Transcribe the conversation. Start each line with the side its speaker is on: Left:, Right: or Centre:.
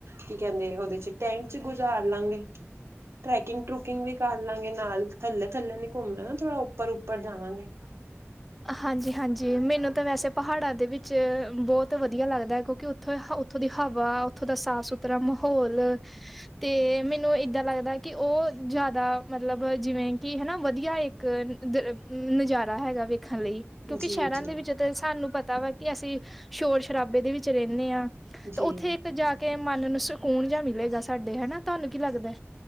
Right: ਕੀ ਕਹਿੰਦੇ ਓਦੇ ਚ ਟੈਂਟ ਚ ਗੁਜ਼ਾਰ ਲਾਂਗੇ ਟ੍ਰੈਕਿੰਗ, ਟਰੁਕਿੰਗ ਵੀ ਕਰ ਲਵਾਂਗੇ, ਨਾਲ ਥੱਲੇ ਥੱਲੇ ਨੀ ਘੁੰਮ ਲੈਣਾ ਥੋੜਾ ਉੱਪਰ ਉੱਪਰ ਜਾਵਾਂਗੇ।
Centre: ਹਾਂਜੀ, ਹਾਂਜੀ ਮੈਨੂੰ ਤਾਂ ਵੈਸੇ ਪਹਾੜਾਂ ਦੇ ਵਿੱਚ ਬਹੁਤ ਵਧੀਆ ਲੱਗਦਾ ਹੈ ਕਿਉਂਕਿ ਉੱਥੋਂ ਉੱਥੋਂ ਦੀ ਹਵਾ ਉੱਥੋਂ ਦਾ ਸਾਫ਼ ਸੁਥਰਾ ਤਰਾ ਮਾਹੌਲ ਤੇ ਮੈਨੂੰ ਏਦਾਂ ਲੱਗਦਾ ਕਿ ਉਹ ਜਿਆਦਾ ਮਤਲਬ ਜਿਵੇਂ, ਕਿ ਹਨਾ ਵਧੀਆ ਇੱਕ ਨਜ਼ਾਰ ਹੈਗਾ ਵੇਖਣ, ਲਈ ਕਿਉਂਕਿ
Right: ਜੀ
Centre: ਸ਼ਹਿਰਾਂ
Right: ਜੀ
Centre: ਦੇ ਵਿੱਚ ਤੇ ਸਾਨੂੰ ਪਤਾ ਵਾ ਕਿ, ਅਸੀਂ ਸ਼ੋਰ ਸ਼ਰਾਬੇ ਦੇ ਵਿੱਚ ਰਹਿੰਦੇ ਹਾਂ ਤੇ
Right: ਜੀ
Centre: ਉੱਥੇ ਇੱਕ ਜਾ ਕੇ ਮਨ ਨੂੰ ਸਕੂਨ ਜਾ ਮਿਲੇਗਾ, ਸਾਡੇ ਹਨਾ ਤੁਹਾਨੂੰ ਕੀ ਲੱਗਦਾ।